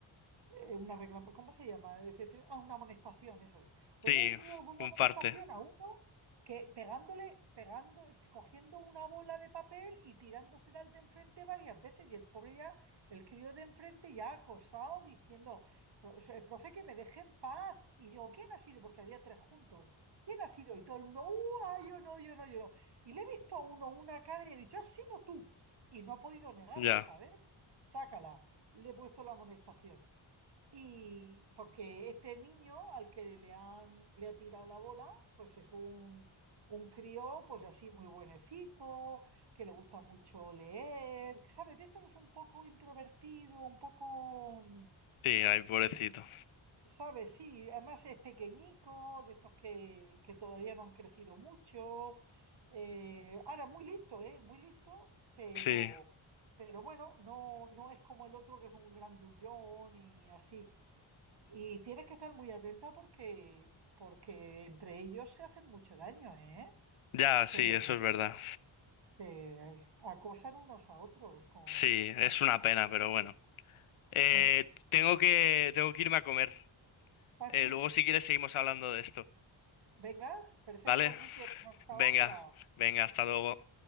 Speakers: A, on the right; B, on the left.
A: eh, una regla, pues, ¿cómo se llama? etcétera Ah, una amonestación, eso es. Hoy
B: sí,
A: le dio una
B: un
A: amonestación
B: parte,
A: a uno que pegándole, pegando, cogiendo una bola de papel y tirándosela al de enfrente varias veces. Y el pobre ya, el crío de enfrente ya acosado, diciendo, "Pro- eh, profe, que me deje en paz. Y digo, ¿quién ha sido? Porque había tres juntos. ¿Quién ha sido? Y todo el mundo, "Uh, ah, yo no, yo no, yo no. Y le he visto a uno una cara y he dicho, has sido tú. Y no ha podido negarlo,
B: ya,
A: ¿sabes? Zácala, le he puesto la amonestación. Y porque este niño al que le han, le ha tirado la bola, pues es un, un crío, pues así muy buenecico, que le gusta mucho leer, ¿sabes? De esto que es un poco introvertido, un poco,
B: sí, ay, pobrecito.
A: ¿sabes? Sí, además es pequeñico, de estos que, que todavía no han crecido mucho. Eh, ahora, muy listo, ¿eh? Muy listo, pero,
B: Sí,
A: pero bueno, no, no es como el otro que es un grandullón y así. Y tienes que estar muy atenta porque, porque entre ellos se hacen mucho daño, ¿eh?
B: ya,
A: Se,
B: sí, eso es verdad.
A: se acosan unos a otros con,
B: Sí, es
A: con-
B: una pena, pero bueno. Eh,
A: Eh,
B: tengo que, tengo que irme a comer.
A: Ah,
B: Eh,
A: sí.
B: luego si quieres seguimos hablando de esto.
A: Venga, perfecto,
B: ¿Vale?
A: Enrique. Pues hasta
B: Venga,
A: otra.
B: venga, hasta luego.